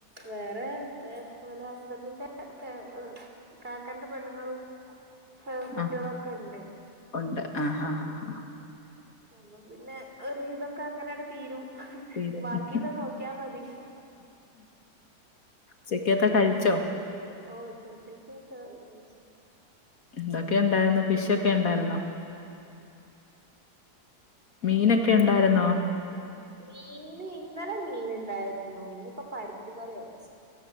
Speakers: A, on the right; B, on the left.
A: വേറെ തെ വ് ലെ ഹസ്ബന്റിന്റെ ഫേ എ. കാക്കന്റെ പെണ്ണ്ങ്ങള് എ കുട്ട്യാളൊക്കെണ്ട്.
B: ആഹ് ഉണ്ട് ആഹ് ഹ ഹ
A: അപ്പൊ പിന്നെ ഒര് വിതൊക്കെ അങ്ങനെട് തീരും.
B: തീരും.
A: ബാക്കിയിള്ളെ നോക്കിയാ മതി ഹി ഹി.
B: ചെക്കത്തെ കഴിച്ചോ?
A: ഓ ചക്കത്തോക്കെ കഴിച്ചു.
B: എതൊക്കെണ്ടായിര്ന്നു ഫിഷ് ഒക്കെ എണ്ടായ്ര്ന്നോ? മീനൊക്കെ ഇണ്ടായര്ന്നോ?
A: മീന് ഇന്നലെ മീൻ ഇണ്ടായിര്ന്നു ഇന്നിപ്പോ പരിപ്പ് കറിയ വെച്ചേ.